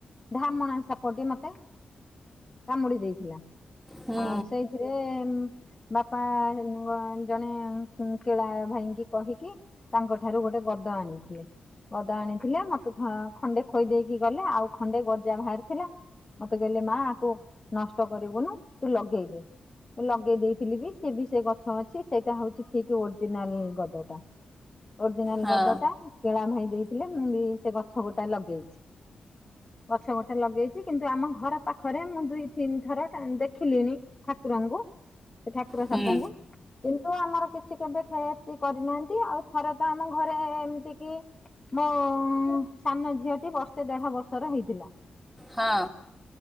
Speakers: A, on the left (about 25°); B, in the centre.
A: ଢାମଣା ସାପଟି ମତେ କାମୁଡି ଦେଇଥିଲା।
B: ହୁଁ
A: ଆଉ ସେଇଥିରେ ବାପା ଜଣେ କେଳା ଭାଇଙ୍କି କହିକି ତାଙ୍କ ଠାରୁ ଗୋଟେ ଗଦ ଆଣିଥିଲେ ଗଦ ଆଣିଥିଲେ ମତେ ଖ ଖଣ୍ଡେ ଖୋଇ ଦେଇକି କି ଗଲେ ଆଉ ଖଣ୍ଡେ ଗଜା ବାହାରିଥିଲା। ମତେ କହିଲେ ମାଆ ଆକୁ ନଷ୍ଟ କରିବୁନୁ ତୁ ଲଗେଇଦେ। ଲଗେଇ ଦେଇଥିଲି ବି ସେ ବି ସେ ଗଛ ଅଛି ସେଇଟା ହଉଛି ଠିକ୍ ଓରିଜିନାଲ ଗଦଟା। ଓରିଜିନାଲ
B: ହଁ
A: ଗଦଟା କେଳା ଭାଇ ଦେଇଥିଲେ ମୁଁ ବି ସେ ଗଛ ଗୋଟା ଲଗେଇଛି। ଗଛ ଗୋଟେ ଲଗେଇଛି କିନ୍ତୁ ଆମ ଘର ପାଖରେ ମୁଁ ଦୁଇ ତିନି ଥର ଠା ଦେଖିଲିଣି ଠାକୁରଙ୍କୁ। ଙ୍କୁ ସେ ଠାକୁର
B: ହୁଁ
A: ସାପଙ୍କୁ କିନ୍ତୁ ଆମର କି କିଛି କେବେ କ୍ଷତି କରିନାହାନ୍ତି ଆଉ ଥରେ ତ ଆମ ଘରେ ଏମିତିକି ମୋ ସାନ ଝିଅଟି ବର୍ଷ୍ ସେ ଦେଢ ବର୍ଷର ହେଇଥିଲା।
B: ହଁ